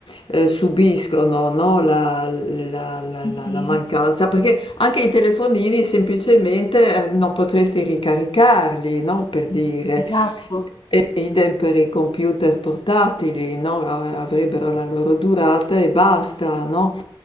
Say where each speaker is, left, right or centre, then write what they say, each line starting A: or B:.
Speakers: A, on the left (about 85°); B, on the left (about 60°).
A: eh, subiscono, no? La, la- la-
B: Sì,
A: la-
B: sì,
A: la mancanza, perché anche i telefonini semplicemente eh, non potresti ricaricarli, no? Per dire.
B: esatto.
A: E idem per i computer portatili, no? Avrebbero la loro durata e basta, no?